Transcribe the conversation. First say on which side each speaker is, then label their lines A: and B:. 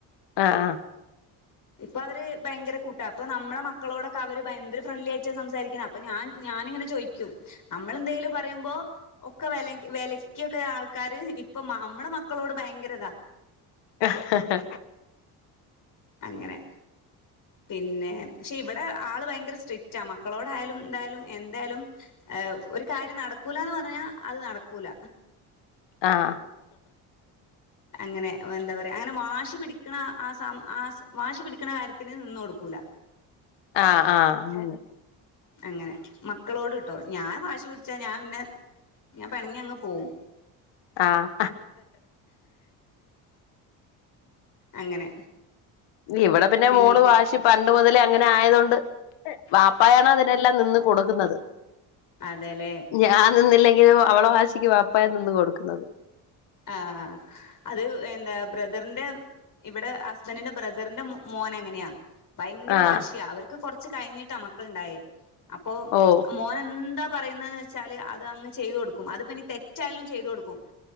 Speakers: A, on the left; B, on the left.
A: ആ ആ
B: ഇപ്പൊ അവര് ഭയങ്കര കൂട്ടാ ഇപ്പൊ നമ്മളെ മക്കളോടൊക്കെ അവര് ഭ എന്തൊരു ഫ്രണ്ട്ലി ആയിട്ടാ സംസാരിക്കണ അപ്പൊ ഞാൻ ഞാനിങ്ങനെ ചോയ്ക്കും നമ്മളെന്തേലും പറയുമ്പോ ഒക്ക വെല വെലക്കിക്കൊക്കെ ആൾക്കാര് ഇപ്പൊ മ നമ്മടെ മക്കളോട് ഭയങ്കരതാ
A: ഹഹഹ
B: അങ്ങനെ പിന്നെ ക്ഷെ ഇവിടെ ആള് ഭയങ്കര സ്ട്രിക്റ്റാ മക്കളോടായാലും ന്തായാലും എന്തായാലും ഏഹ് ഒരു കാര്യം നടക്കൂലന്ന് പറഞ്ഞാ അത് നടക്കൂല
A: ആഹ്
B: അങ്ങനെ എന്താ പറയാ അങ്ങനെ വാശി പിടിക്കണ ആ ആ സാ ആ വാശി പിടിക്കണ കാര്യത്തിന് നിന്ന് കൊടുക്കൂല
A: അ ആഹ് അങ്ങനെ
B: അങ്ങനെ മക്കളോട് ട്ടോ ഞാൻ വാശി ഞാൻ പിണങ്ങി അങ്ങ് പോവും
A: ആഹ്
B: അങ്ങനെ
A: ഇവിടെ പിന്നെ
B: പിൻ
A: മോള് വാശി പൻ ണ്ട് മുതലേ അങ്ങനെ ആയതൊണ്ട് വാപ്പായാണ് അതിനെല്ലാം നിന്ന് കൊടുക്കുന്നത്
B: അതെ ലെ
A: ഞാൻ നിന്നില്ലെങ്കിലും അവളെ വാശിക്ക് വാപ്പായ നിന്ന് കൊടുക്കുന്നത്
B: ആഹ അത് എന്താ ബ്രദറിന്റെ ഇവിടെ ഹസ്ബന്റിന്റെ ബ്രദറിന്റെ മോനങ്ങനെയാ ഭയങ്കര
A: ആഹ്
B: വാശിയ അവർക്ക് കൊർ ച്ച് കഴിഞ്ഞിട്ട മക്കള്ണ്ടായേ അപ്പൊ
A: ഓ
B: മോനെന്താ പറയുന്നേന്ന് വെച്ചാല് അത് അങ്ങ് ചെയ്ത് കൊടുക്കും അത്പ്പനി തെറ്റായാലും ചെയ്ത് കൊടുക്കും കും